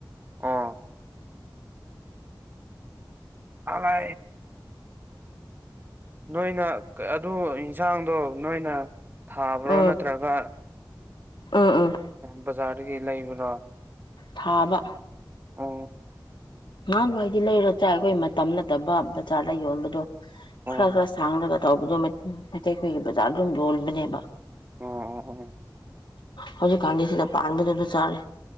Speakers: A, on the right (about 25°); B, on the left (about 75°).
A: ꯑꯣ ꯑꯋꯥ ꯅꯣꯏꯅ ꯑꯗꯨ ꯌꯦꯟꯁꯥꯡꯗꯣ ꯅꯣꯏꯅ ꯊꯥꯕ꯭ꯔꯣ
B: ꯎꯝ
A: ꯅꯠꯇ꯭ꯔꯒ
B: ꯎꯝ ꯎꯝ
A: ꯁ ꯖꯥꯔꯒꯤꯂ ꯃꯅ
B: ꯊꯥꯕ
A: ꯑ
B: ꯅꯥꯡ ꯍꯥꯏꯗꯤ ꯂꯩꯔꯣ ꯆꯥꯏ ꯑꯩꯈꯣꯏ ꯃꯇꯝ ꯅꯠꯇꯕ ꯕꯖꯥꯔꯗ ꯌꯣꯟꯕꯗꯣ
A: ꯑꯣ
B: ꯈꯔ ꯈꯔ ꯁꯥꯡꯂꯒ ꯇꯧꯕꯗꯣ ꯃꯩꯇꯩ ꯑꯩꯈꯣꯏꯒꯤ ꯕꯖꯥꯔꯗ ꯑꯗꯨꯝ ꯌꯣꯕꯅꯦꯕ
A: ꯑꯣ ꯑꯣ ꯑꯣ
B: ꯍꯧꯖꯤꯛ ꯀꯥꯟꯗꯁꯤꯗ ꯄꯕꯗ ꯆꯥꯔꯦ